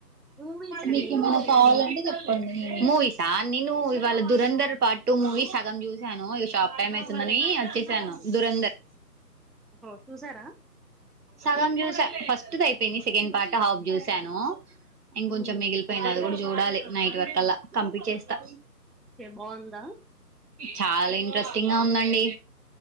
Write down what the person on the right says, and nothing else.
మీకు ఏమనా
కావాలంటే చెప్ప మూవీసా నేను ఇవాళ దురంధర్ పాట్ టూ మూవీస్ సగం చూశాను టాపే
మేస్ వస్తుందని వచ్చేసాను దురంధర్
సగం జూసా ఫ అయిపోయింది సెకండ్ పార్ట్ హాఫ్ చూశాను ఇంకంచెం
మిగిలిపోయింది అది కూడా చూ చూడాలి నైట్ వర్క్ అల్లా కంప్లీంచేస్తా
చాలా ఇంట్రెస్టింగ్ గా ఉందండి